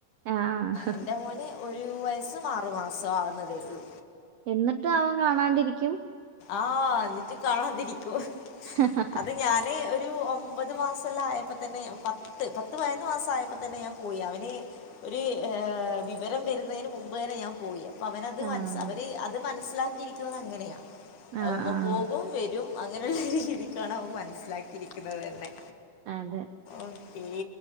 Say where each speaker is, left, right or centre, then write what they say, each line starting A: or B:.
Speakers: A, on the right (about 75°); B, on the left (about 65°).
A: ആഹ്.
B: എൻ്റെ മോന് ഒരു വയസ്സും ആറു മാസും ആകുന്നതേള്ളൂ
A: എന്നിട്ടും അവൻ കാണാണ്ടിരിക്കും
B: ആ എന്നിട്ട് കാണാതിരിക്കും
A: ഹഹഹ
B: അത് ഞാന് ഒരു ഒമ്പത് മാസെല്ലം ആയപ്പ തന്നെ പ ത്ത് പത്ത് പതിനൊന്ന് മാസായപ്പോ തന്നെ ഞാൻ പോയി അവന് ഒരു ഏ വിവരം വെരുന്നതിന് മുമ്പ് തന്നെ ഞാൻ പോയി പ്പവനത്
A: ആഹ്.
B: മനസ് അവര് അത് മനസ്സിലാക്കിയിരിക്കുന്നത് അങ്ങന്യാ
A: ആഹ്
B: ഉമ്മ
A: ആഹ്.
B: പോകും വെരും അങ്ങനുള്ള രീതി ക്കാണ് അവന് മനസ്സിലാക്കിയിരിക്കുന്നത് തന്നെ
A: അതെ
B: ഓക്കേ